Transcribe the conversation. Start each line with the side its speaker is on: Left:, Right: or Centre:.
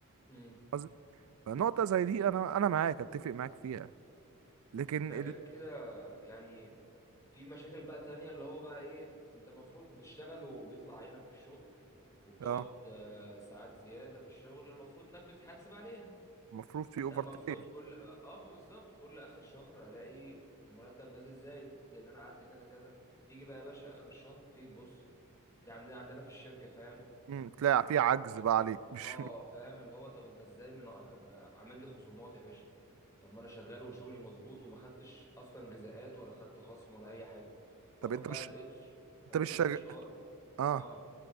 Left: امم
Right: قصدي- فنقطة زي دي انا انا معاك اتفق معاك فيها لكن
Left: ده
Right: ال...
Left: غير كده يعني في مشاكل بقى تانية اللي هو بقى ايه انت المفروض بتشتغل وبيطلع عينك في الشغل وبتقعد
Right: اه
Left: آه، ساعات زيادة في الشغل المفروض انك بتحاسب عليها
Right: المفروض في
Left: انا
Right: اوفر
Left: المفروض
Right: تايم
Left: كل اه ما بالظبط كل اخر شهر الاقي المرتب نازل زايد لان انا قعدت كذا كذا تيجي بقى يا باشا اخر الشهر تيجي تبص ده عندنا عندنا في الشركه فاهم
Right: امم، تلاقي في عجز بقى عليك مش
Left: اه فاهم اللي هو طب انت ازاي من آه، عامل لي خصومات يا باشا طب ما انا شغال وشغلي مظبوط وما خدتش اصلا جزاءات ولا خدت خصم ولا اي حاجه
Right: طب
Left: هروح
Right: انت
Left: بقى
Right: مش
Left: للاتش
Right: انت
Left: هروح
Right: مش
Left: للاتش
Right: شغال
Left: ار
Right: اه
Left: اه